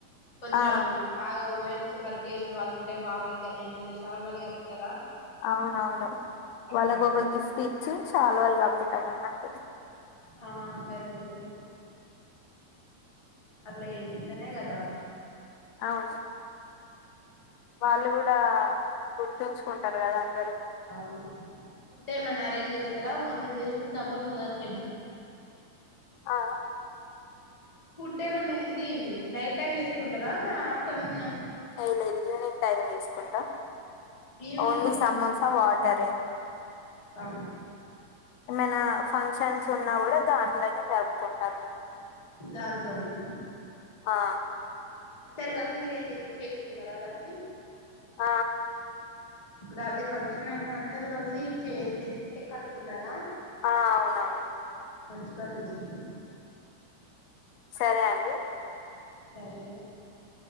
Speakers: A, on the left (about 20°); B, on the left (about 85°).
A: కొంచెం
B: ఆ
A: బాగా ఉమెన్ కొంచెం వర్క్ చేసే వాళ్ళు ఉంటే వాళ్ళకి గాని ఏమన్నా శాలువాలు కప్పుతారు
B: అవునవును వాళ్ళకు
A: బాటిల్
B: ఒక
A: ఏనా
B: గిఫ్ట్ ఇచ్చి శాలువాలు కప్పు నువ్వన్నట్టు
A: ఆ గదే గదే అట్లా ఇస్తేనే కదా
B: అవును వాళ్ళు కూడా గుర్తుంచుకుంటారు కదా అందరూ
A: అవును ఫుడ్ ఏమైన్నా అరేంజ్ చేస్తారా ఓన్లీ జస్ట సమోసా వరకేనా
B: ఆ
A: ఫుడ్ ఏమన్నా ఇది నైట్ టైమ్ చేసుకుంటారా మా ఆఫ్టర్నూనా
B: ఏం లేదు ఈవినింగ్ టైమ్ తీసుకుంటా
A: ఈవినింగ్
B: ఓన్లీ సమోసా వాటరే
A: ఆ
B: ఏమైనా ఫంక్షన్స్ ఉన్నా కూడా దాంట్లోనే జరుపుకుంటారు
A: దాంట్లోనే
B: ఆ
A: అందరు కలిసి చేసుకున్నారా దాన్ని
B: ఆ
A: ఇప్పుడు అది ఫంక్షన్ అని అందరు కలిసి చేయండి కట్టుకున్నారా
B: ఆ అవునవును
A: మంచి పని చేసడు
B: సరే అండి
A: సరేనా ఓకే